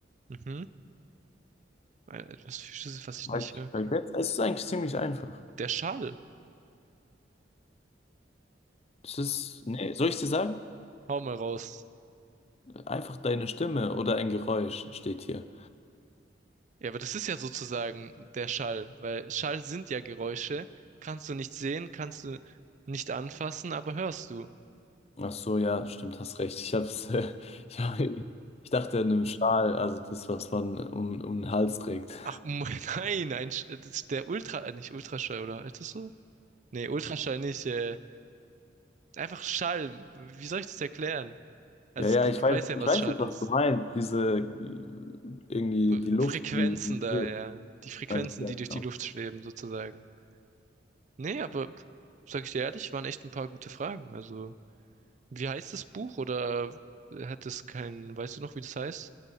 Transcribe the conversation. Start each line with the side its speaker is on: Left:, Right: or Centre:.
Right: Mhm. Äh, Etwas Physisches, was ich
Left: Weiß
Right: nicht
Left: ich
Right: hören
Left: vielleicht
Right: kann.
Left: jetzt. Es ist eigentlich ziemlich einfach.
Right: Der Schall.
Left: Es ist, nee, soll ich dir sagen?
Right: Hau mal raus.
Left: Einfach deine Stimme oder ein Geräusch steht hier.
Right: Ja, aber das ist ja sozusagen der Schall, weil Schall sind ja Geräusche. Kannst du nicht sehen, kannst du nicht anfassen, aber hörst du.
Left: Ach so, ja, stimmt, hast recht. Ich hab's, äh, <laughs> ich hab, ich dachte an einen Schal, also das, was man um, um den Hals trägt.
Right: Ach, um- <laughs> nein, ein, Sch- äh, das ist der Ultra, äh, nicht Ultraschall, oder? Ist das so? Nee, Ultraschall nicht. Äh, einfach Schall. Wie soll ich das erklären? Also
Left: Ja, ja,
Right: du,
Left: ich
Right: du
Left: weiß,
Right: weißt ja,
Left: ich
Right: was
Left: weiß
Right: schade
Left: jetzt, was
Right: ist.
Left: du meinst. Diese, äh, irgendwie
Right: Fre-
Left: die Luft,
Right: Frequenzen
Left: die, die
Right: da,
Left: kühlt.
Right: ja. Die Frequenzen,
Left: Ja, genau.
Right: die durch die Luft schweben, sozusagen. Nee, aber sag ich dir ehrlich, waren echt ein paar gute Fragen. Also, wie heißt das Buch oder hat es keinen, weißt du noch, wie das heißt?